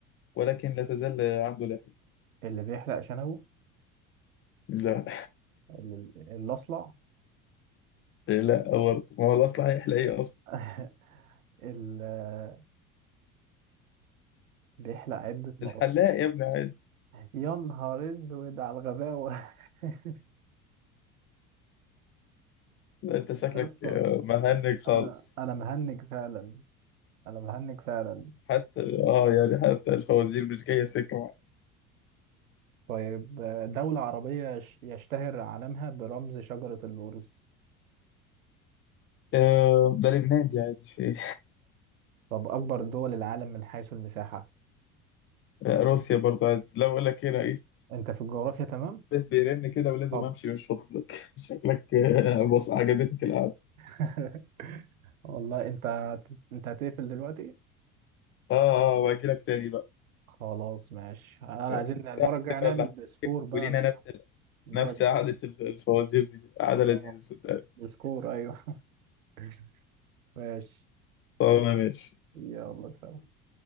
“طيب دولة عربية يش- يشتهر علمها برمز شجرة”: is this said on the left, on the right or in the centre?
Right